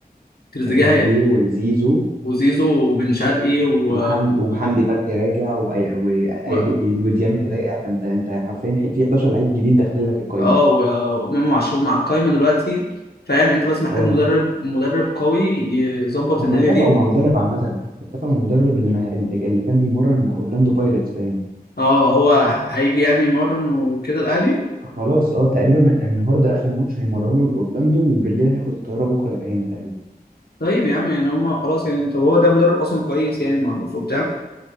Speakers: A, on the left; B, on the right.
A: تريزيجيه
B: <laughs> تريزيجيه
A: هي-
B: وزيزو
A: وزيزو وبن شرقي و
B: وحمدي وحمدي فتحي راجع وأي- وأي-
A: و-
B: أي- وديانج راجع فانت انت حرفيا في 11 لعيب جديد داخل لك القايمه
A: اه و- وامام عاشور مع القايمه دلوقتي فاهم انت بس محتاج
B: اه
A: مدرب مدرب قوي يظبط
B: هم
A: الدنيا
B: اتفقوا
A: دي
B: مع مدرب عامه اتفقوا مع المدرب اللي ما اللي كان بيمرن اورلاندو بايرتس باين
A: اه هو هيجي يعني يمرن وكده الاهلي
B: خلاص اه تقريبا النهارده اخر ماتش هيمرنوا لاورلاندو وبالليل هياخد الطياره بكره يبقى هنا تقريبا
A: طيب يا عم يعني هم خلاص يعني طب هو ده مدرب اصلا كويس يعني معروف وبتاع